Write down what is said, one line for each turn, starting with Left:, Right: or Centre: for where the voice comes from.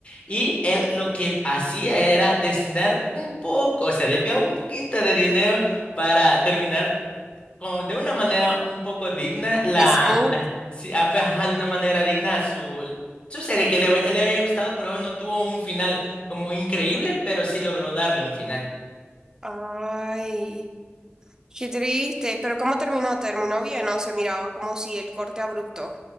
Left: Y él lo que hacía era destinar un poco, o sea, desviaba un poquito de dinero para terminar con- de una manera un poco digna, la,
Right: Smooth.
Left: la- sí, ah, pues, ajá, de una manera digna a su, su serie que le, hab- le había gustado, pero no tuvo un final como increíble, pero sí logró darle un final.
Right: Ay, qué triste. Pero ¿cómo terminó? ¿Terminó bien? No, se miraba como si el corte abrupto.